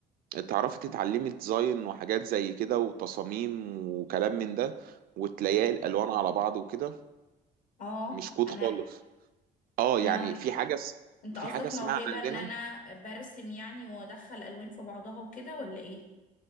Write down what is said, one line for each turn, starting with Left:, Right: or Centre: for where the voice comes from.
Right: تعرفي تتعلمي ديزاين وحاجات زي كده وتصاميم وكلام من ده وتلاقي الالوان على بعض وكده
Left: اه
Right: مش كود
Left: انا
Right: خالص اه
Left: انا
Right: يعني في حاجه اس-
Left: انت
Right: في
Left: قصدك
Right: حاجه اسمها
Left: موهبة
Right: عندنا
Left: ان انا برسم يعني وادخل الوان في بعضها وكده ولا ايه